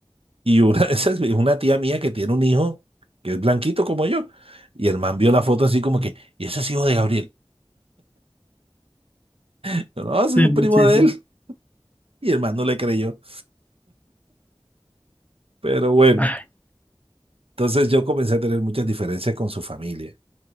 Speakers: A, on the right; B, on the left.
A: Y una <laughs> de esas es una tía mía que tiene un hijo que es blanquito como yo. Y el man vio la foto así como que, ¿y ese es hijo de Gabriel? <laughs> Yo, No, ese
B: Sí,
A: es un
B: sí,
A: primo
B: sí.
A: de
B: sí.
A: él. <laughs> Y el man no le creyó. Pero bueno,
B: Ay,
A: entonces yo comencé a tener muchas diferencias con su familia.